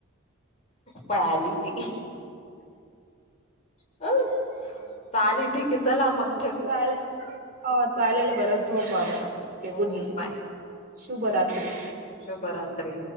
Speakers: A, on the left; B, on the right.
A: पळ आली ती अ चालेल ठीक आहे चला बघ.
B: चालेल चालेल बरं झोपा बरं ओके
A: हो
B: गुड नाईट.
A: बाय
B: शुभरात्री
A: शुभरात्री.